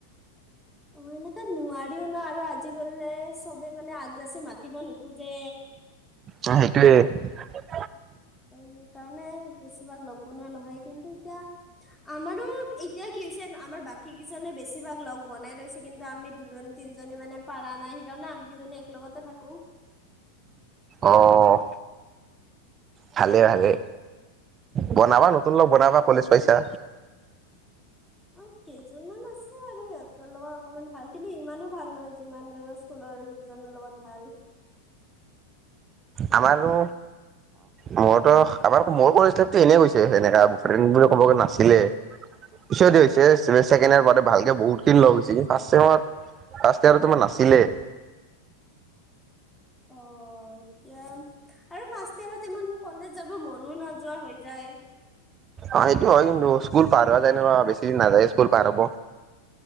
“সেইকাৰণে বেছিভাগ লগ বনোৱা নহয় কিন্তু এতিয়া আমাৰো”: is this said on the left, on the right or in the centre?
Centre